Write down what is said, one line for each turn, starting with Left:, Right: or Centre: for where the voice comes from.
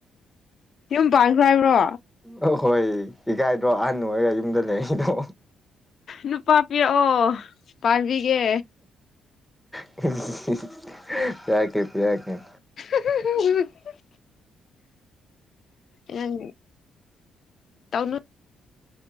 Left: ꯌꯨꯝ ꯄꯥꯟꯈ꯭ꯔ‌ꯣ ꯍꯥꯏꯕ꯭ꯔꯣ?
Centre: ꯑ‌‌ꯣ ꯍꯣꯏ ꯏꯀꯥꯏꯗ꯭ꯔ‌ꯣ ꯑꯍꯟ ꯑꯣꯏꯔꯒ ꯌꯨꯝꯗ ꯂꯩꯔꯤꯗꯣ
Left: ꯅꯨꯄꯥ ꯄꯤꯔꯛꯑꯣ ꯄꯥꯕꯤꯒꯦ
Centre: <unintelligible> ꯄꯤꯔꯛꯀ‌ꯦ ꯄꯤꯔꯛꯀ‌ꯦ
Left: <unintelligible> ꯅꯪ ꯇꯧꯅꯨ